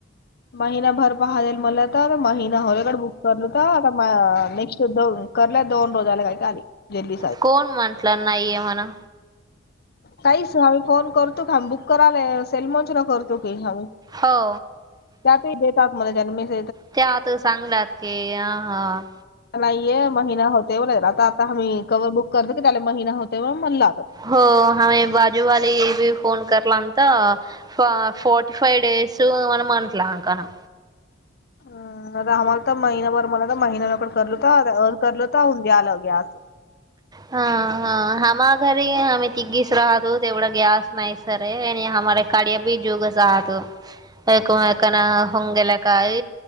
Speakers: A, on the left; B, on the right.
A: महिनाभर पाहाजईल मला आता महिना होरकड बुक करलता आता नेक्स्ट दोन ल्या दोन रोजाला काय काली जल्
B: कोण म्हटला नाहीये म्हणा.
A: काहीच आही फोन करतो काम्ही बुक करायला सेलमंचला करतो काहीम्ही.
B: हो.
A: त्यातही देतातत्मध्ये जन्ेस.
B: त्या आता सांगल्यात की ह हा-
A: नाहीये महिना होतेवर आता आता आम्ही कवर बुक करतो की त्याला महिना होतेवर म्हणला.
B: हो आम बाजूवाली बी फोन करलाम तर फोर्ी फाव्ह डडेस म्हण म्हंटलाकाना
A: आम्हाला तर महिनाभर मला तर महिना नकण करल होता करल होतून द्या आलं ग्या अस.
B: हा हा हमा घरी आम्ही तिघीच राहतो तेवढा गॅस नाही. सरे हमारे काड्या भी जुगसहातो अकमकन होंगेल काय